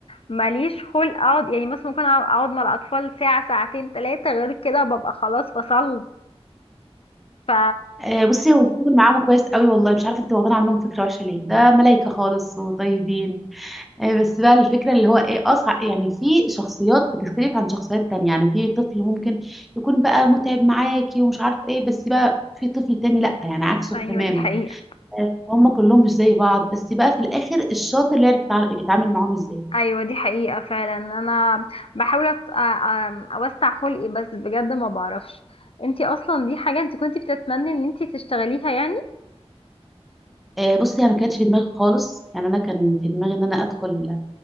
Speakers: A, on the left; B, in the centre.
A: ماليش خلق اقعد يعني مثلا ممكن اقعد مع الاطفال ساعه ساعتين ثلاثه غير كده ببقى خلاص فصلت ف
B: آه، بصي هو الشغل معاهم كويس قوي والله مش عارفة أنت واخدين عنهم فكرة وحشة ليه ده ملايكة خالص وطيبين آه، بس بقى الفكرة اللي هو ايه اصعب يعني في شخصيات بتختلف عن شخصيات تانية يعني في طفل ممكن يكون بقى متعب معاكي ومش عارف ايه بس بقى في طفل تاني لا يعني عكسه
A: ايوه
B: تماما
A: دي حقيقه
B: هم كلهم مش زي بعض بس بقى في الاخر الشاطر اللي يعرف يتع- يتعامل معاهم ازاي
A: ايوه دي حقيقه فعلا انا بحاول أت- أ- أ- اوسع خلقي بس بجد ما بعرفش انتي اصلا دي حاجه انتي كنتي بتتمني ان انتي تشتغليها يعني
B: آه، بصي انا ما كانتش في دماغي خالص يعني انا كان في دماغي ان انا ادخل